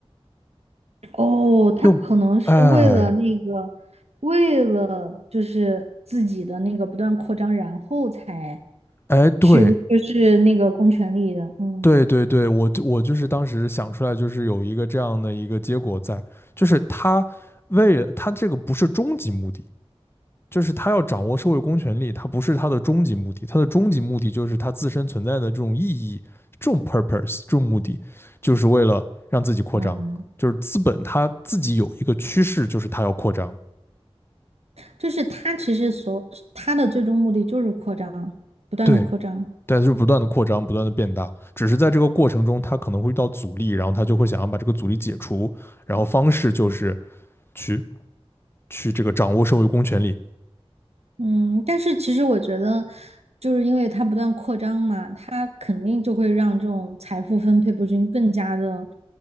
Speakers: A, on the right (about 85°); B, on the left (about 20°).
A: 哦，他可能是为了那个，
B: 就，哎
A: 为了就是自己的那个不断扩张，然后才
B: 哎，对
A: 去就是那个公权力的，嗯
B: 对对对，我就我就是当时想出来，就是有一个这样的一个结果在，就是他为了他这个不是终极目的，就是他要掌握社会公权力，他不是他的终极目的，他的终极目的就是他自身存在的这种意义、这种 purpose、这种目的，就是为了让自己扩张。
A: 嗯，
B: 就是资本它自己有一个趋势，就是它要扩张，
A: 就是他其实所他的最终目的就是扩张，不断的扩张。
B: 对，但是不断的扩张，不断的变大，只是在这个过程中，他可能会遇到阻力，然后他就会想要把这个阻力解除，然后方式就是去去这个掌握社会公权力。
A: 嗯，但是其实我觉得，就是因为它不断扩张嘛，它肯定就会让这种财富分配不均更加的